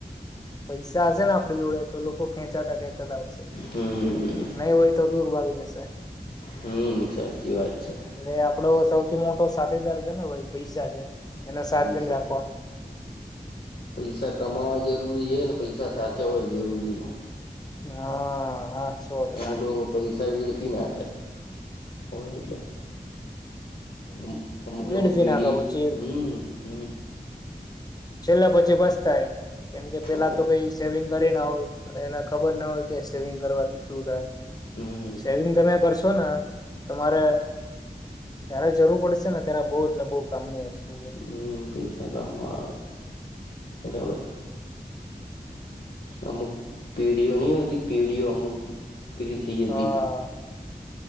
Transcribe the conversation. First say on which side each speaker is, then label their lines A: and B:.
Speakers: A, on the left (about 25°); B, on the left (about 70°).
A: પૈસા હશેે ને આપડી જોડે તો. તો લોકો ખેંચાતા ખેંચાતા આવશે
B: હમ
A: નહી હોય તો દૂર ભાગી જશે.
B: હમ સાચી વાત છે.
A: એટલે આપડો સૌથી મોટો સાથીદાર છે ને ભ પૈસા છે એને સાચવીને
B: પૈસા
A: રાખવાનું.
B: પૈસા કમાવા જરૂરી છે ને પૈસા સાચવવા જરૂરી છે.
A: હા હા. સો ટકા
B: અમુક લોકો પૈસા વળખી નાખાય હોય એટલે. અમક અમુક
A: વેડફી
B: લોકોગુ પીઢી
A: નાખો પછી
B: હ હ.
A: છેલ્લા પછી બસ થાય કેમકે પેલા
B: આવો
A: તો કઈ સેવિંગ કરી ના હોય અને એને ખબર ના હોય કે સેવિંગ કરવાથી શું થાય
B: હમ
A: સેવિંગ તમે કરશો ને. તમારે જારે જરૂર પડશે ને ત્યારે બહ એટલે બહ કામની. હોય
B: હમ પૈસા કામવા. બરાબર. અમુક પીઢીઓ નહતી પીઢીઓ અમુક પીડી થઈ જ
A: હા
B: હતી